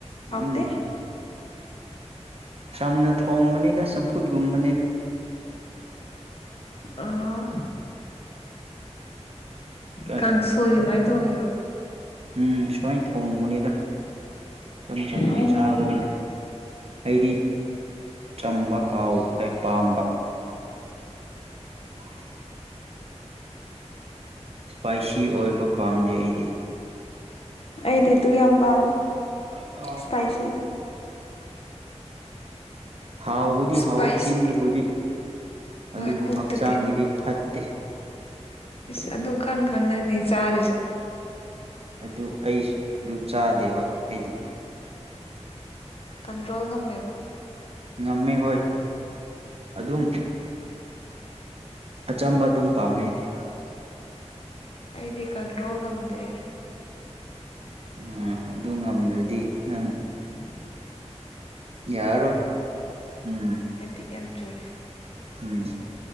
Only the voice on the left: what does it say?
ꯍꯥꯎꯇꯦ
ꯑꯥ
ꯀꯥꯡꯁꯣꯏꯒꯤ ꯑꯗꯨꯃꯥꯏꯅ ꯊꯣꯡꯉꯤꯕ꯭ꯔꯣ
ꯑꯣ
ꯑꯩꯗꯤ ꯑꯗꯨ ꯌꯥꯝ ꯄꯥꯝꯃꯦ
ꯏꯁꯄꯥꯏꯁꯤ
ꯏꯁꯄꯥꯏꯁꯤ
ꯍꯣꯏ
ꯄꯨꯛꯇꯗꯤ
ꯏꯁ ꯑꯗꯨ ꯈꯪ ꯈꯪꯅꯅꯤ ꯆꯥꯔꯤꯁꯦ
ꯀꯟꯇ꯭ꯔꯣꯜ ꯉꯝꯃꯦꯕ
ꯑꯩꯗꯤ ꯀꯟꯇ꯭ꯔꯣꯜ ꯉꯝꯗꯦ
<inaudible>
ꯑꯦꯏꯗꯤꯛ ꯌꯥꯝ ꯆꯨꯔꯦ